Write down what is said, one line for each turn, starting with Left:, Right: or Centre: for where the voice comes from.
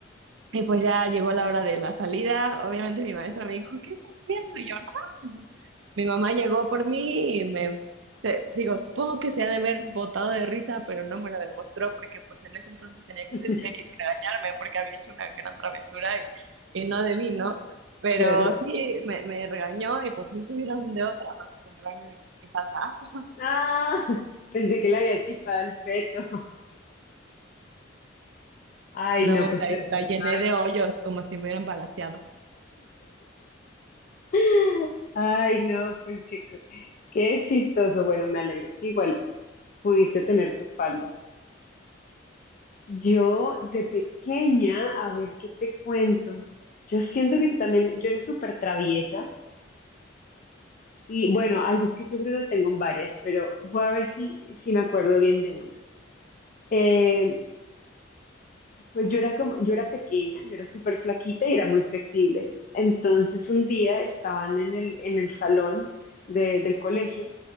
Right: Y pues ya llegó la hora de la salida. Obviamente mi maestra me dijo, ¿qué estás haciendo? Y yo, nada. <laughs> Mi mamá llegó por mí y me, te- digo, supongo que se ha de haber botado de risa, pero no me lo demostró porque pues en ese entonces tenía que
Left: <laughs>
Right: ser seria y regañarme porque había hecho una gran travesura y, y no debí, ¿no? Pero
Left: Claro.
Right: sí, me, me regañó y pues no tuvieron de otra más que comprarme mi, mi falda. <laughs>
Left: Ah, <laughs> pensé que le habías quitado el peto. Ay,
Right: No,
Left: no, pues
Right: la,
Left: tremendo
Right: la llené
Left: otra vez.
Right: de hoyos como si me hubieran balaceado.
Left: <laughs> Ay, no, pues qué, co- qué chistoso. Bueno, me alegro que igual pudiste tener tu falda. Yo de pequeña, a ver qué te cuento. Yo siento que yo también, yo era súper traviesa. Y bueno, ay, es que yo creo que tengo varias, pero voy a ver si, si me acuerdo bien de una. Eh, Pues yo era como, yo era pequeña, yo era súper flaquita y era muy flexible. Entonces un día estaban en el, en el salón de- del colegio